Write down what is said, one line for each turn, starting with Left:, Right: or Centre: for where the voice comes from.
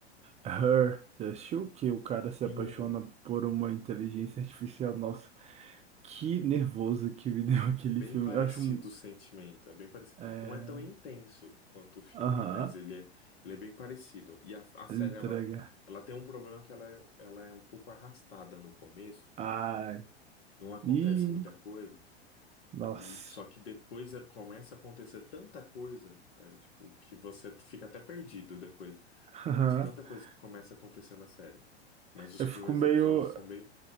Right: Her. Você assistiu que o cara se apaixona
Left: Sim,
Right: por uma inteligência artificial? Nossa, que nervoso que me <laughs> deu aquele
Left: bem
Right: filme.
Left: parecido
Right: Eu acho... um-
Left: o sentimento, é bem parecido.
Right: É...
Left: Não é tão intenso quanto o filme,
Right: Aham.
Left: mas ele é, ele é bem parecido. E a, a série,
Right: Entrega.
Left: ela, ela tem um problema que ela é, ela é um pouco arrastada no começo,
Right: Ai.
Left: não acontece
Right: Ih,
Left: muita coisa,
Right: nossa.
Left: e só que depois é- começa a acontecer tanta coisa, é, tipo, que você fica até perdido depois
Right: <laughs>
Left: de tanta coisa que começa a acontecer na série. Mas os
Right: Eu
Left: primeiros
Right: fico meio.
Left: episódios são bem